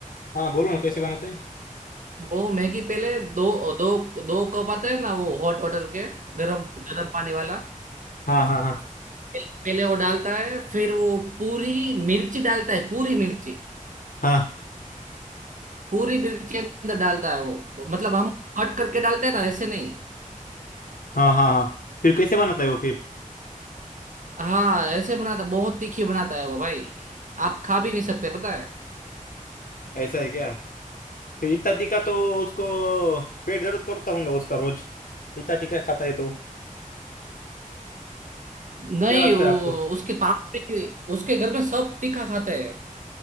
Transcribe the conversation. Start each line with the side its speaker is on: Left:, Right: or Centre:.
Left: हाँ बोलो ना कैसे बनाते हैं
Right: वो मैगी पहले दो दो दो कप आते हैं ना वो हॉट वाटर के गरम गरम पानी वाला
Left: हाँ हाँ हाँ
Right: पहले वो डालता है फिर वो पूरी मिर्ची डालता है पूरी मिर्ची
Left: हाँ
Right: पूरी मिर्ची अंदर डालता है वो मतलब हम कट करके डालते हैं ना ऐसे नहीं
Left: हाँ हाँ हाँ फिर कैसे बनाता है वो फिर
Right: हाँ ऐसे बनाता बहुत तीखी बनाता है वो भाई आप खा भी नहीं सकते पता है
Left: ऐसा है क्या फिर इतना तीखा तो उसको पेट दर्द करता होगा उसका रोज इतना तीखा खाता है तो
Right: नहीं
Left: क्या लगता
Right: वो
Left: है आपको
Right: उसके पापा भी- उसके घर में सब तीखा खाते हैं